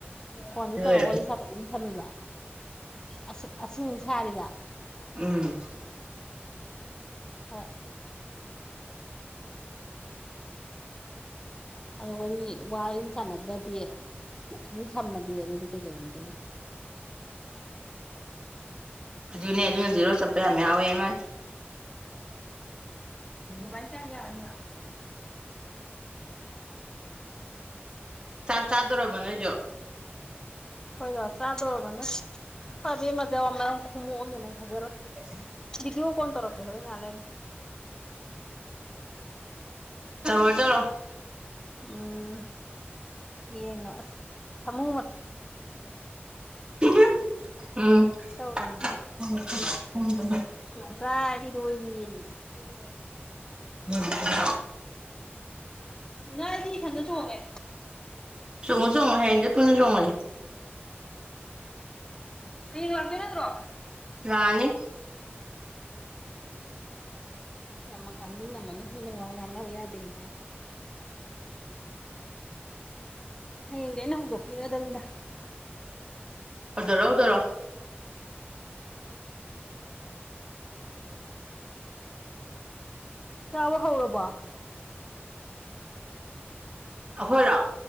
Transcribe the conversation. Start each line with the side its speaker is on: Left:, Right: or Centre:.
Left: ꯐꯣꯟꯗꯤ
Right: ꯑꯗꯨ
Left: ꯇꯧꯔꯒ
Right: ꯑꯣꯏꯔꯝꯅꯤ
Left: ꯋꯥꯔꯤ ꯁꯥꯇꯕꯅ ꯊꯝꯃꯤꯕ ꯑ ꯑ ꯁꯥꯔꯤꯕ
Right: ꯎꯝ
Left: ꯍꯣꯏ ꯑ ꯋꯥꯔꯤ ꯁꯥꯟꯅꯗ꯭ꯔꯗꯤ ꯑꯗꯨꯝ ꯁꯝꯃꯗꯤ ꯑꯗꯨꯗꯤ ꯀꯩꯗꯧꯅ ꯇꯣꯏꯣ
Right: ꯑꯗꯨꯅꯦ ꯑꯗꯨꯅ ꯖꯦꯔꯣ ꯆꯠꯄ ꯌꯥꯝ ꯌꯥꯎꯋꯦ ꯃꯥꯃ
Left: ꯟꯇꯌꯥ ꯎ
Right: ꯆꯥꯛ ꯆꯥꯗꯣꯔꯔꯕ ꯅꯣꯏꯁꯨ
Left: ꯑꯩꯈꯣꯏꯗꯣ ꯆꯥꯗꯣꯔꯔꯕꯅꯦ ꯐꯕꯤꯦꯝ ꯃꯇꯆ ꯃꯔꯝ ꯈꯨꯝꯃꯣꯛꯑꯝꯃꯤ ꯅꯪ ꯐꯖꯔꯣꯏ
Right: <inaudible>
Left: ꯕꯤꯙꯤꯌꯣ ꯀꯣꯟ ꯇꯧꯔꯛꯀꯦ ꯍꯧꯔꯦꯟ ꯉꯥꯏꯍꯥꯛ
Right: ꯇꯔꯣ ꯇꯧꯔꯣ
Left: ꯎꯝ ꯌꯦꯡꯉꯣ ꯑꯁ ꯁꯥꯃꯨ
Right: <inaudible> ꯎꯝ
Left: ꯇꯧꯔꯨꯅꯨ
Right: <unintelligible>
Left: <unintelligible>
Right: ꯎꯝ
Left: ꯅꯪ ꯁꯤ ꯈꯟꯗ ꯆꯣꯡꯉꯦ
Right: ꯆꯣꯡꯉꯣ ꯆꯣꯡꯉꯣ ꯍꯌꯦꯡꯗꯩ ꯄꯨꯨꯡꯅ ꯆꯣꯡꯉꯖꯤ
Left: ꯍꯌꯦꯡ ꯂꯥꯛꯇꯣꯏ ꯅꯠꯇ꯭ꯔꯣ
Right: ꯔꯅꯤ
Left: ꯌꯥꯝꯃ ꯍꯥꯡꯅꯤꯡꯉꯝꯃꯅꯤ ꯃꯤꯅ ꯋꯥ‌ ꯉꯥꯡꯅꯕ ꯌꯥꯗꯦꯅ ꯍꯥꯏ ꯍꯌꯦꯡꯗꯤ ꯑꯩꯅ ꯍꯧꯗꯣꯛꯄꯤꯔꯛꯗꯕꯅꯤꯗ
Right: ꯑꯗꯨ ꯂꯧꯗꯔꯣ
Left: ꯆꯥꯕ ꯍꯧꯔꯕꯣ
Right: ꯑꯩꯈꯣꯏꯔꯣ